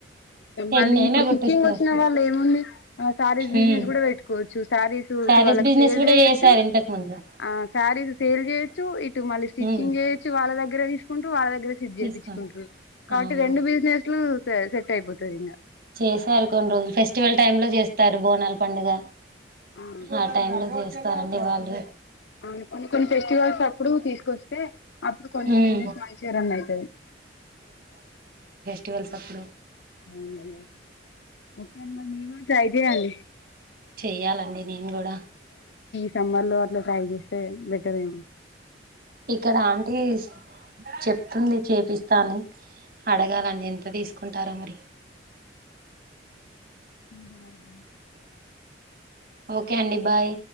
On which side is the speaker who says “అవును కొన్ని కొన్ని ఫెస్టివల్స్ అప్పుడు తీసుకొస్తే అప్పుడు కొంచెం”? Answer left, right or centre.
Left